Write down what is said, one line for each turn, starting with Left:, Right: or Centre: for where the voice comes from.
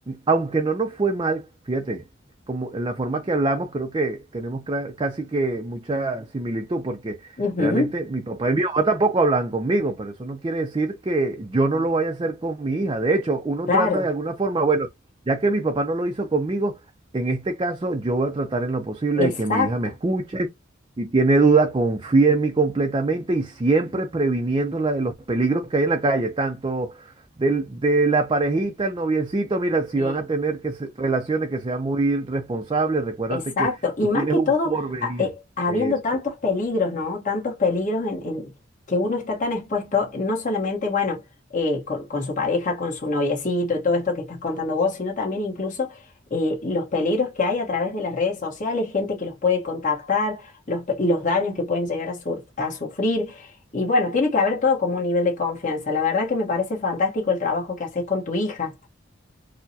Right: aunque no nos fue mal, fíjate, como en la forma que hablamos, creo que tenemos cra- casi que mucha similitud, porque
Left: Ujú,
Right: realmente mi papá y mi mamá tampoco hablan conmigo, pero eso no quiere decir que yo no lo vaya a hacer con mi hija. De hecho, uno
Left: claro,
Right: trata de alguna forma, bueno, ya que mi papá no lo hizo conmigo, en este caso yo voy a tratar en lo posible
Left: exacto.
Right: de que mi hija me escuche. Si tiene duda, confíe en mí completamente y siempre previniéndola de los peligros que hay en la calle, tanto del- de la parejita, el noviecito, mira, si
Left: Sí.
Right: van a tener que se- relaciones que sean muy responsables, recuérdate
Left: Exacto,
Right: que
Left: y
Right: tú
Left: más
Right: tienes
Left: que
Right: un
Left: todo,
Right: porvenir.
Left: a- eh, habiendo
Right: Eso.
Left: tantos peligros, ¿no? Tantos peligros en, en que uno está tan expuesto, no solamente, bueno, eh, con, con su pareja, con su noviecito, y todo esto que estás contando vos, sino también incluso eh, los peligros que hay a través de las redes sociales, gente que los puede contactar, los, pe- los daños que pueden llegar a, sur- a sufrir. Y bueno, tiene que haber todo como un nivel de confianza. La verdad que me parece fantástico el trabajo que haces con tu hija.